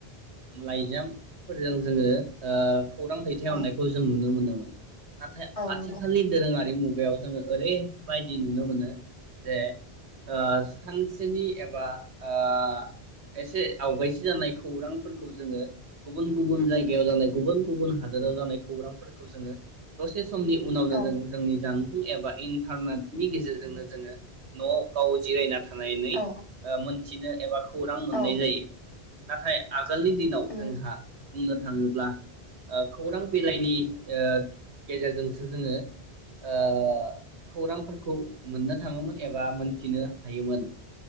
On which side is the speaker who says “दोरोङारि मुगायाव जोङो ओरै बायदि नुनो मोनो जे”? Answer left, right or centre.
Right